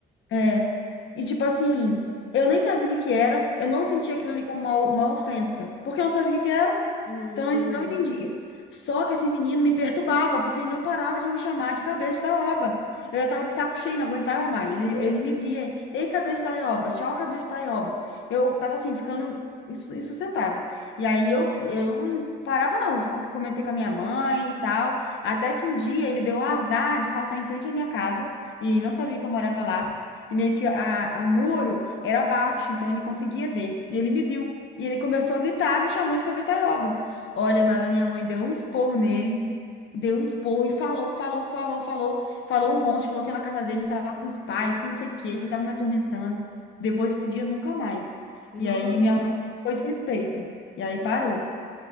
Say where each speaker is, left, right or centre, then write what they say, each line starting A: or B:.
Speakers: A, on the left (about 75°); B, on the left (about 45°).
A: é. E, tipo assim, eu nem sabia o que que era, eu não sentia aquilo ali como uma, uma ofensa, porque eu não sabia o que que era.
B: Hum,
A: Então,
B: entendi.
A: eu não entendia. Só que esse menino me perturbava, porque ele não parava de me chamar de cabeça da oba. Eu já estava de saco cheio, não aguentava mais. Ele, ele me via, ei, cabeça da oba, tchau, cabeça da oba. Eu estava assim, ficando insu- insustentável. E aí eu, eu não parava, não. Comentei com a minha mãe e tal. Até que um dia ele deu o azar de passar em frente à minha casa, e não sabia que eu morava lá. E meio que a, a- o muro era baixo, então ele conseguia ver. E ele me viu. E ele começou a gritar, me chamou de cabeça da Olha, mas a minha mãe deu um expor nele, deu um expor e falou, falou, falou, falou, falou um monte, falou que ia na casa dele falar com os pais, que não sei o quê, que tava me atormentando. Depois desse dia, nunca mais.
B: Nossa.
A: E aí minha mãe pôs respeito. E aí parou.